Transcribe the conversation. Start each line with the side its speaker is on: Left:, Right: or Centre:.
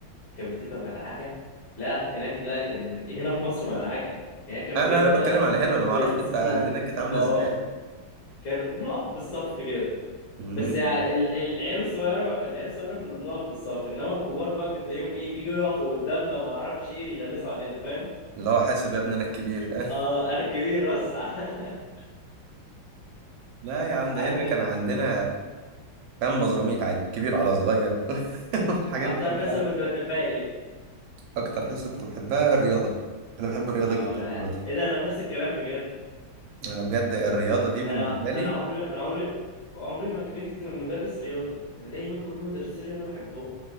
Left: كانت بتبقى مدعكة لا هناك لا كان هنا في مصر مدعكة هناك كان
Right: انا
Left: بيبقى
Right: انا بتكلم على هنا انا ما
Left: زي
Right: اعرفش
Left: صفوف
Right: انت هناك كانت عامله
Left: اه
Right: ازاي
Left: كان بنقف بالصف كده
Right: امم
Left: بس يعني ال- ال- العيال الصغيرة العيال الصغيرة كنا بنقف بالصف انما الكبار بقى بتلاقيهم ايه بيجوا يقفوا قدامنا وما اعرفش ايه يغلسوا علينا فاهم
Right: اللي هو حاسب يا ابننا الكبير فاهم
Left: اه انا الكبير بس <laughs>
Right: لا يا عم ده
Left: عند
Right: هنا كان عندنا كان بزراميت عادي كبير على صغير <laughs> الحاجات
Left: اكتر
Right: دي كلها
Left: حصه كنت بتحبها ايه
Right: اكتر حصه كنت بحبها الرياضه انا بحب الرياضه
Left: اه
Right: جدا
Left: لا.
Right: عامه
Left: ايه ده انا نفس الكلام بجد
Right: انا بجد الرياضه دي بالنسبه
Left: انا
Right: لي
Left: انا عمري انا عمري عمري ما كرهت مدرس رياضه انا دايما كل مدرسين الرياضه بحبهم